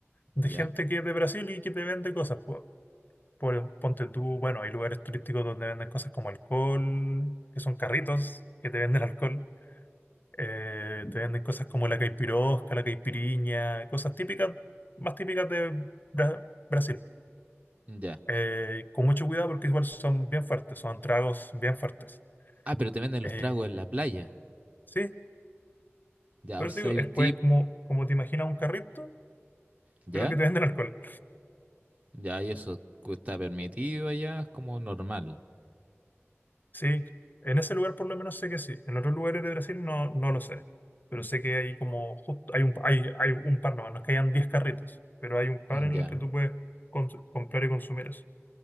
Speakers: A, on the left (about 40°); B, on the right (about 30°).
A: de
B: ¿ya?
A: gente que es de Brasil y que te vende cosas. po- Por, ponte tú, bueno, hay lugares turísticos donde venden cosas como alcohol, que son carritos que te venden alcohol. eh, te venden cosas como la caipirosca, la caipiriña, cosas típicas, más típicas de Bra- Brasil.
B: Ya.
A: Eh, con mucho cuidado porque igual son bien fuertes, son tragos bien fuertes.
B: Ah, pero te venden los
A: Eh,
B: tragos en la playa,
A: sí,
B: ¿ya?
A: pero
B: O sea,
A: te digo,
B: hay
A: es
B: un tip,
A: pues como, como te imaginas un carrito,
B: ¿ya?
A: pero que te venden alcohol.
B: Ya, y eso cu- está permitido allá, es como normal,
A: Sí, en ese lugar por lo menos sé que sí. En otros lugares de Brasil no, no lo sé. Pero sé que hay como, justo, hay un, hay, hay un par, no, no es que hayan 10 carritos, pero hay un par en
B: ¿ya?
A: los que tú puedes cons- comprar y consumir eso.